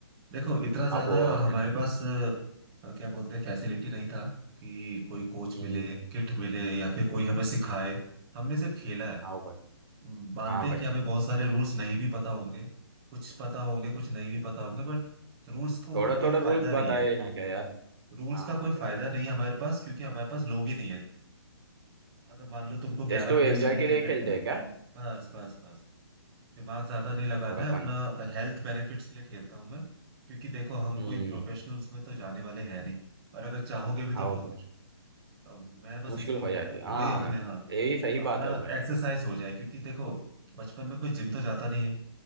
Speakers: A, on the right; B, on the right.
A: देखो इतना ज्यादा
B: आप
A: हमारे
B: फ्रेंड्स
A: पास
B: में।
A: अ, क्या बोलते हैं फैसिलिटी नहीं था कि कोई कोच
B: हम्म
A: मिले किट मिले या फिर कोई हमें सिखाए हमने सिर्फ खेला है
B: हाँ भाई
A: हम्म, मानते
B: हाँ
A: हैं
B: भाई
A: कि हमें बहुत सारे रूल्स नहीं भी पता होंगे कुछ पता होंगे कुछ नहीं भी पता होंगे बट रूल्स को
B: थोड़ा
A: को- कोई
B: थोड़ा रूल्स
A: फायदा नहीं
B: बताए
A: है
B: ना क्या यार
A: रूल्स
B: हाँ
A: का कोई
B: यार
A: फायदा नहीं है हमारे पास क्योंकि हमारे पास लोग ही नहीं है इतने अगर मान लो तुमको ग्यारह
B: जस्ट वो
A: प्लेयर
B: एंजॉय
A: चाहिए क्रिकेट
B: के लिए खेलते
A: में
B: हैं क्या
A: बस बस बस दिमाग ज्यादा नहीं लगाना
B: थोड़ा
A: है
B: फन
A: अपना हेल्थ बेनिफिट्स के लिए खेलता हूं मैं क्योंकि देखो हम
B: हम्म
A: कोई प्रोफेशनल्स में तो जाने वाले हैं नहीं और अगर चाहोगे भी
B: हाँ
A: तो बहुत
B: भाई
A: मुश्किल अब मैं बस
B: मुश्किल
A: इसलिए
B: हो
A: खेलता
B: जाती
A: हूँ
B: है
A: कि
B: हाँ
A: भाई अपने हाँ
B: यही सही
A: अपना
B: बात है भाई
A: एक्सरसाइज हो जाए क्योंकि देखो बचपन में कोई जिम तो जाता नहीं है